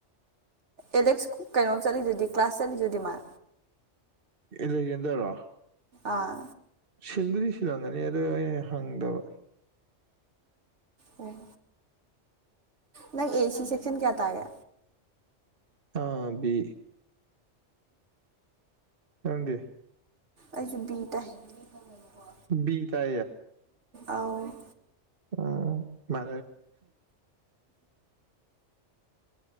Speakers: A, on the right (about 75°); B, on the right (about 50°).
A: ꯑꯦꯂꯦꯛꯁ ꯀꯩꯅꯣ ꯆꯠꯂꯤꯗꯨꯗꯤ ꯀ꯭ꯂꯥꯁ ꯆꯠꯂꯤꯗꯨꯗꯤ ꯃꯥ
B: ꯏ ꯂꯩ ꯌꯦꯦꯟꯗꯔꯣ
A: ꯑꯥ
B: ꯁꯤꯟꯗꯨꯗꯤ ꯁꯤꯜꯂꯝꯒꯅꯤ ꯑꯗꯣ ꯑꯩ ꯍꯪꯗꯕ
A: ꯑꯣ ꯅꯪ ꯑꯦ ꯁꯤ ꯁꯦꯛꯁꯟ ꯀꯌꯥ ꯇꯥꯒꯦ
B: ꯑꯥꯕꯤ ꯅꯗꯦ
A: ꯑꯩꯁꯨꯕꯇꯥꯏ ꯅꯨ ꯊꯧꯗꯕꯀꯣ
B: ꯕꯤ ꯇ
A: ꯑꯥꯎ
B: ꯑꯣ ꯃꯥ